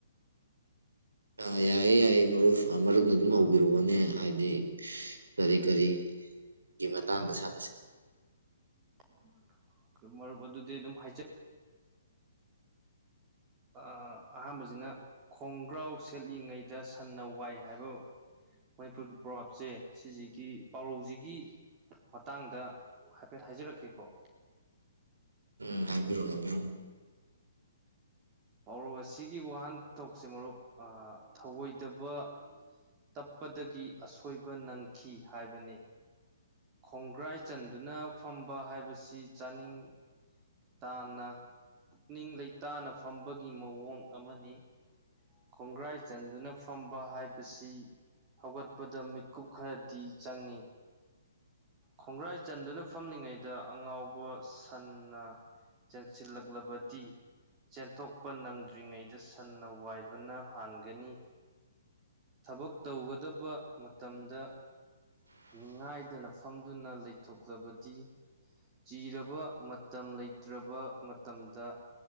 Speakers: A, on the right; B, on the right.
A: ꯑ ꯌꯥꯏꯌꯦ ꯌꯥꯏꯌꯦ ꯃꯔꯨꯞ ꯃꯔꯨꯞꯅ ꯑꯗꯨꯝ ꯍꯧꯕꯤꯔꯛꯑꯣꯅꯦ ꯍꯥꯏꯗꯤ ꯀꯔꯤ ꯀꯔꯤꯒꯤ ꯃꯇꯥꯡꯗ ꯁꯥꯟꯅꯁꯤ
B: <unintelligible> ꯃꯔꯨꯞ ꯑꯗꯨꯗꯤ ꯑꯗꯨꯝ ꯍꯥꯏꯖ ꯑ ꯑꯍꯥꯝꯕꯖꯤꯅ ꯈꯣꯡꯒ꯭ꯔꯥꯎ ꯁꯦꯠꯂꯤꯉꯩꯗ ꯁꯟꯅ ꯋꯥꯏ ꯍꯥꯏꯕ ꯃꯅꯤꯄꯨꯔꯒꯤ ꯄ꯭ꯔꯣꯚꯥꯞꯁꯦ ꯁꯤꯖꯤꯒꯤ ꯄꯥꯎꯔꯧꯖꯤꯒꯤ ꯃꯇꯥꯡꯗ ꯍꯥꯏꯐꯦꯠ ꯍꯥꯏꯖꯔꯛꯀꯦꯀꯣ
A: ꯎꯝ ꯍꯥꯏꯕꯤꯔꯣ ꯍꯥꯏꯕꯤꯔꯣ
B: ꯄꯥꯎꯔꯧ ꯑꯁꯤꯒꯤ ꯋꯥꯍꯟꯊꯣꯛꯁꯦ ꯃꯔꯨꯞ ꯑ ꯊꯧꯑꯣꯏꯗꯕ ꯇꯞꯄꯗꯒꯤ ꯑꯁꯣꯏꯕ ꯅꯪꯈꯤ ꯍꯥꯏꯕꯅꯤ ꯈꯣꯡꯒ꯭ꯔꯥꯏ ꯆꯟꯗꯨꯅ ꯐꯝꯕ ꯍꯥꯏꯕꯁꯤ ꯆꯥꯅꯤꯡ ꯇꯥꯅ ꯄꯨꯛꯅꯤꯡ ꯂꯩꯇꯥꯅ ꯐꯝꯕꯒꯤ ꯃꯑꯣꯡ ꯑꯃꯅꯤ ꯈꯣꯡꯒ꯭ꯔꯥꯏ ꯆꯟꯗꯨꯅ ꯐꯝꯕ ꯍꯥꯏꯕꯁꯤ ꯍꯧꯒꯠꯄꯗ ꯃꯤꯠꯀꯨꯞ ꯈꯔꯗꯤ ꯆꯪꯏ ꯈꯣꯡꯒ꯭ꯔꯥꯏ ꯆꯟꯗꯨꯅ ꯐꯝꯂꯤꯉꯩꯗ ꯑꯉꯥꯎꯕ ꯁꯟꯅ ꯆꯦꯟꯁꯤꯜꯂꯛꯂꯕꯗꯤ ꯆꯦꯟꯊꯣꯛꯄ ꯅꯪꯗ꯭ꯔꯤꯉꯩꯗ ꯁꯟꯅ ꯋꯥꯏꯕꯅ ꯍꯥꯟꯒꯅꯤ ꯊꯕꯛ ꯇꯧꯒꯗꯕ ꯃꯇꯝꯗ ꯅꯤꯡꯉꯥꯏꯗꯅ ꯐꯝꯗꯨꯅ ꯂꯩꯊꯣꯛꯂꯕꯗꯤ ꯆꯤꯔꯕ ꯃꯇꯝ ꯂꯩꯇ꯭ꯔꯕ ꯃꯇꯝꯗ